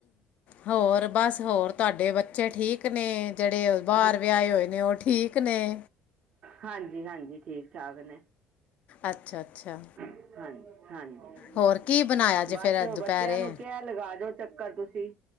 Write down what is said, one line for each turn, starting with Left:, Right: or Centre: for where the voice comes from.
Left: ਹੋਰ ਬਾੱਸ ਹੋਰ ਤੋਆਡੇ ਬੱਚੇ ਠੀਕ ਨੇ, ਜੇੜੇ ਬਾਰ
Right: ਹਾਂ
Left: ਵੇਆਏ ਹੋਏ ਨੇ ਓ ਠੀਕ ਨੇ
Right: ਹਾਂਜੀ, ਹਾਂਜੀ ਠੀਕ ਠਾਕ ਨੇ
Left: ਅੱਛਾ, ਅੱਛਾ।
Right: ਹਾਂਜੀ, ਹਾਂਜੀ।
Left: ਹੋਰ ਕੀ ਬਣਾਇਆ ਜੇ
Right: ਬਾੱਸ
Left: ਫਿਰ ਅੱਜ
Right: ਓ
Left: ਦੁਪਹਿਰੇ
Right: ਬੱਚੇਆਂ ਨੂੰ ਕੇਆ ਲੱਗਾ ਜੋ ਚੱਕਰ ਤੁਸੀ,